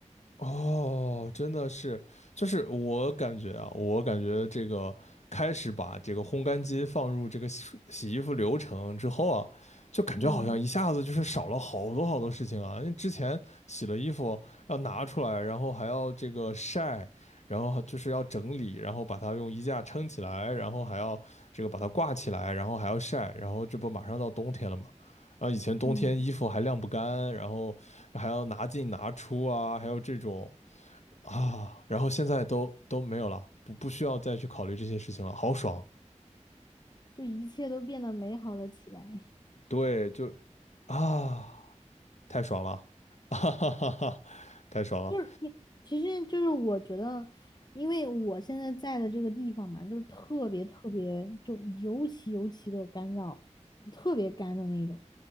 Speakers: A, on the left; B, on the left.
A: 哦，真的是，就是我感觉啊，我感觉这个开始把这个烘干机放入这个洗洗衣服流程之后啊，就感觉好像一下子就是少了好多好多事情啊。
B: 嗯
A: 因为之前洗了衣服要拿出来，然后还要这个晒，然后还就是要整理，然后把它用衣架撑起来，然后还要这个把它挂起来，然后还要晒，然后这不马上到冬天了嘛。然后以前冬天衣服还晾不干，
B: 嗯，
A: 然后还要拿进拿出啊，还有这种啊，然后现在都都没有了，不不需要再去考虑这些事情了，好爽，
B: 就一切都变得美好了起来。
A: 对，就啊，太爽了，<laughs> 哈哈哈哈，太爽了，
B: 就是你，其实就是我觉得，因为我现在在的这个地方嘛，就是特别特别，就尤其尤其的干燥，就特别干的那种。